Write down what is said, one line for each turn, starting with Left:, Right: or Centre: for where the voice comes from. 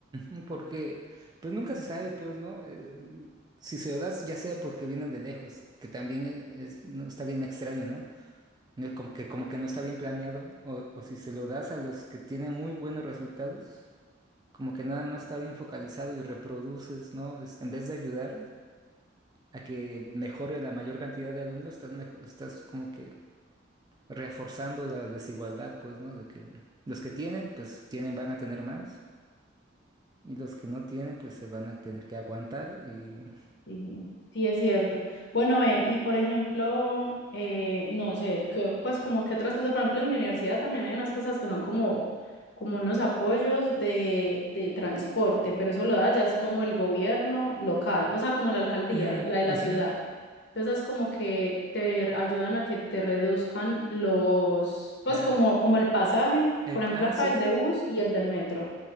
Right: ujú, porque pues nunca se sabe, pues, ¿no? Eh, mm, si se lo das, ya sea porque vienen de lejos, que también e- es, no, está bien extraño, ¿no? No, Como que, como que no está bien planeado, o, o si se lo das a los que tienen muy buenos resultados, como que nada más está bien focalizado y reproduces, ¿no? Es- en vez de ayudar a que mejore la mayor cantidad de alumnos, estás, mejo- estás como que reforzando la desigualdad, pues, ¿no? De que los que tienen, pues tienen, van a tener más. Y los que no tienen, pues se van a tener que aguantar y...
Left: Sí, sí, es cierto. Bueno, ven, y por ejemplo, eh, no sé, que, pues como que otras cosas, por ejemplo, en mi universidad también hay unas cosas que son como, como unos apoyos de, de transporte, pero eso lo da ya es como el gobierno local, o sea, como la alcaldía,
Right: Mm,
Left: la de
Right: ujú.
Left: la ciudad. Entonces es como que te ayudan a que te reduzcan los, pues
Right: La-
Left: como, como el pasaje,
Right: el-
Left: por ejemplo,
Right: ah,
Left: acá
Right: sí.
Left: es de bus y el del metro.